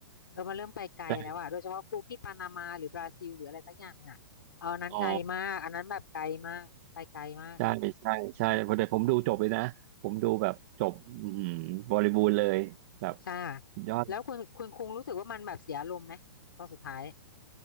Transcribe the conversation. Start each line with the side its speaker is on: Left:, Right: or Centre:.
Left: เออมันเริ่มไปไกลแล้วอะโดยเฉพาะคู่ที่ปานามาหรือบราซิลหรืออะไรสักอย่างอะเอาอันนั้นไกลมากอันนั้นแบบไกลมากไปไกลมาก
Right: ใช่อ๋อใช่ใช่ใช่พอดีผมดูจบเลยนะผมดูแบบจบอื้บริบูรณ์เลยแบบ
Left: ใช่
Right: สุดยอด
Left: แล้วคุณคุณคุงรู้สึกว่ามันแบบเสียอารมณ์ไหมตอนสุดท้าย